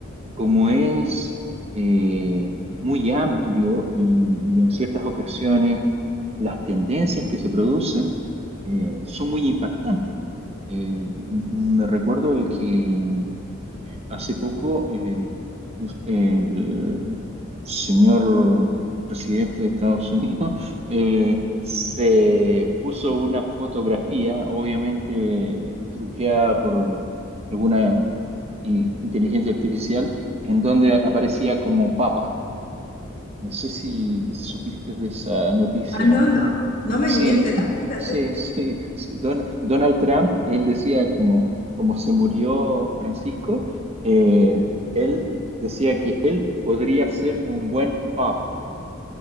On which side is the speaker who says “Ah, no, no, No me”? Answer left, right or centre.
Left